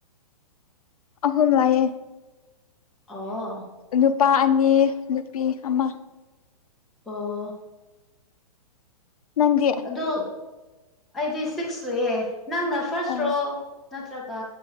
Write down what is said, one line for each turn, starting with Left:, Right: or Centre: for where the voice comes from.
Left: ꯑꯍꯨꯝ ꯂꯥꯏꯌꯦ
Centre: ꯑꯣ
Left: ꯅꯨꯄꯥ ꯑꯅꯤ ꯅꯨꯄꯤ ꯑꯃ
Centre: ꯑꯣ
Left: ꯅꯪꯗꯤ
Centre: ꯑꯗꯨ ꯑꯩꯗꯤ ꯁꯤꯛꯁ ꯂꯑꯦ ꯅꯪꯅ ꯐꯥꯔꯁ꯭ꯔꯣ
Left: ꯑꯣ
Centre: ꯅꯠꯇ꯭ꯔꯒ